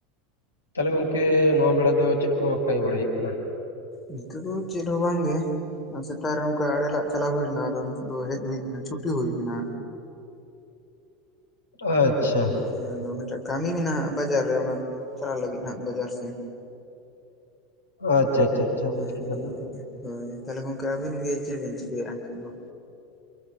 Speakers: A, on the left (about 85°); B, on the left (about 20°).
A: ᱛᱟᱦᱚᱞᱮ ᱜᱚᱝᱠᱮ ᱱᱚᱣᱟ ᱵᱮᱲᱟ ᱫᱚ, ᱪᱮᱫ ᱠᱚ ᱠᱟᱹᱢᱤ ᱵᱟᱲᱟᱭ ᱦᱳᱭᱳᱜ ᱠᱟᱱᱟ᱾
B: ᱱᱤᱛᱚᱜ ᱫᱚ ᱪᱮᱫ ᱦᱚᱸ ᱵᱟᱝ ᱜᱮ᱾ ᱥᱮᱛᱟᱜ ᱨᱮ ᱚᱱᱠᱟ ᱟᱲᱮ ᱞᱟᱜ ᱪᱟᱞᱟᱣ ᱦᱳᱭ ᱞᱮᱱᱟ, ᱟᱫᱚ ᱱᱤᱛᱚᱜ ᱫᱚ ᱦᱮᱡ ᱦᱳᱭ ᱠᱟᱱᱟ, ᱪᱷᱩᱴᱤ ᱦᱳᱭ ᱠᱟᱱᱟ᱾
A: ᱟᱪᱪᱷᱟ᱾
B: ᱦᱮᱸ ᱟᱫᱚ ᱢᱤᱫᱴᱟᱝ ᱠᱟᱹᱢᱤ ᱢᱮᱱᱟᱜᱼᱟ, ᱵᱟᱡᱟᱨ ᱨᱮ ᱚᱱᱟ ᱫᱚ ᱪᱟᱞᱟᱜ ᱞᱟᱹᱜᱤᱫ ᱦᱟᱜ ᱵᱟᱡᱟᱨ ᱥᱮᱱ᱾
A: ᱟᱪᱪᱷᱟ, ᱟᱪᱪᱷᱟ᱾ ᱟᱪᱪᱷᱟ
B: ᱦᱩᱸ
A: ᱵᱩᱡᱽ ᱠᱮᱫᱟᱞᱤᱧ
B: ᱦᱩᱸ ᱦᱳᱭ ᱛᱟᱦᱚᱞᱮ ᱜᱚᱝᱠᱮ ᱟᱹᱵᱤᱱ ᱜᱮ, ᱪᱮᱫ ᱵᱤᱱ ᱪᱤᱠᱟᱹᱭᱮᱜᱼᱟ ᱱᱤᱛᱚᱜ ᱫᱚ?